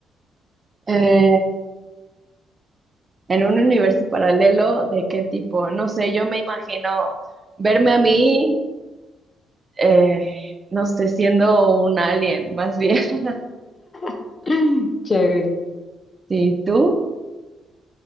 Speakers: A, on the right (about 30°); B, on the left (about 35°).
A: Eh, en un universo paralelo, ¿de qué tipo? No sé, yo me imagino verme a mí, eh, no sé, siendo un alien, más bien. <laughs>
B: <clears throat> <laughs> Chévere.
A: ¿Sí, tú?